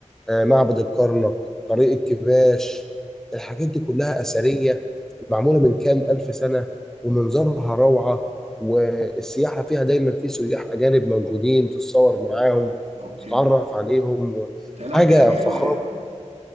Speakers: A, in the centre; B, on the right.
A: آه، معبد الكرنك طريق الكباش الحاجات دي كلها أثرية معمولة من كام ألف سنة ومنظرها روعة والسياحة فيها دايما في سياح أجانب موجودين تتصور معاهم
B: اوكي
A: وتتعرف عليهم و-
B: ثلاثة
A: حاجة
B: يوم حلوة
A: فخامة
B: يعني